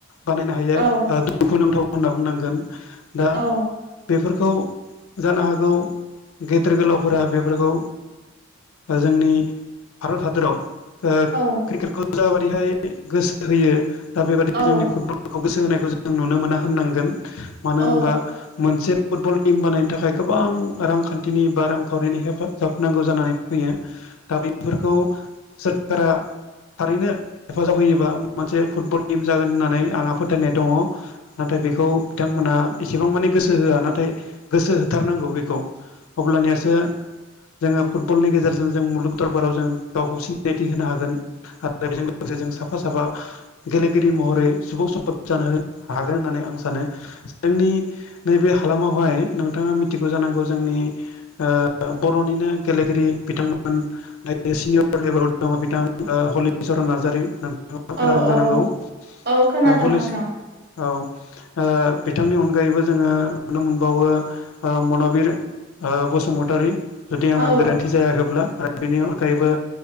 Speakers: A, on the left (about 80°); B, on the right (about 45°).
A: बानायनो हायो
B: औ
A: ओ दुखुनांथाव होनना बुंनांगोन दा ओ
B: औ
A: बेफोरखौ जानो हागौ गेदेर गोलावफोरा बेफोरखौ जोंनि भारत हादराव ओ
B: औ
A: क्रिकेटखौ जाबादिहाय गोसो होयो दा बेबादि
B: औ
A: जोंनि फुटबल गखौ गोसो होनायखौ जों नुनो मोना होननांगोन मानो
B: औ
A: होनबा मोनसे फुटबल टिम बानायनो थाखाय गोबां रांखान्थिनि बा रांखावरिनि हेफाजाब नांगौ जानानै फैयो दा बेफोरखौ सोरखारा थारैनो हेफाजाब होयोबा मोनसे फुटबल टिम जागोन होननानै आंहा फोथायनाय दङ। नाथाय बेखौ बिथांमोना एसेबां माने गोसो होआ नाथाय गोसो होथारनांगौ बेखौ अब्लानियासो जोङो फुटबलनि गेजेरजों जों मुलुग दरबाराव जों गावखौसि सिनायथि होनो हागोन आरो बेजों लोगोसे जों साफा साफा गेलेगिरि महरै सुबुं सम्पत जानो हागोन होननानै आं सानो जोंनि नैबे हालामावहाय नोंथाङा मिथिगौ जानांगौ जोंनि ओ बर'निनो गेलेगिरि बिथांमोन न सिनियर लेभेलाव दङ बिथां ओ हलिचरन नार्जारि नो थाङा
B: औ
A: खोनादों
B: औ
A: जानांगौ
B: औ खोनादों
A: दा हलिस
B: नोंथां
A: औ ओ बिथांनि अनगायैबो जोङो नुनो मोनबावो ओ मनबिर ओ बसुमतारी जुदि
B: औ
A: आंहा गोरोन्थि जायाखैब्ला आरो बेनि अनगायैबो